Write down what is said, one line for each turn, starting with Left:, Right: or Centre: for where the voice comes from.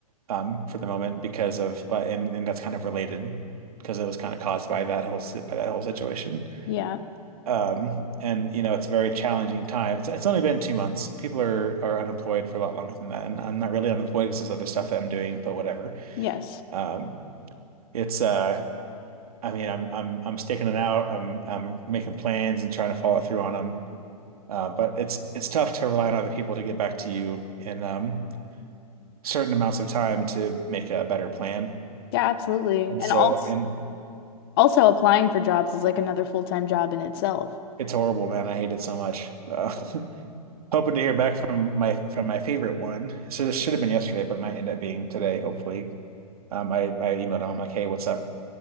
Right: um, for the moment because of, uh, and, and that's kind of related because it was kind of caused by that whole, si- by that whole situation.
Left: Yeah.
Right: Um, and you know, it's a very challenging time. It's, it's only been two months. People are, are unemployed for a lot longer than that. And I'm not really unemployed because there's other stuff that I'm doing, but whatever.
Left: Yes.
Right: Um, it's uh I mean I'm I'm I'm sticking it out. I'm I'm making plans and trying to follow through on them. Uh, but it's it's tough to rely on other people to get back to you in um certain amounts of time to make a better plan.
Left: Yeah, absolutely.
Right: And
Left: And
Right: so
Left: also
Right: and
Left: also applying for jobs is like another full-time job in itself.
Right: it's horrible, man. I hate it so much. Uh,
Left: Yeah.
Right: <laughs> hoping to hear back from my from my favorite one. So this should have been yesterday, but might end up being today, hopefully. Um, I I emailed him like, hey, what's up?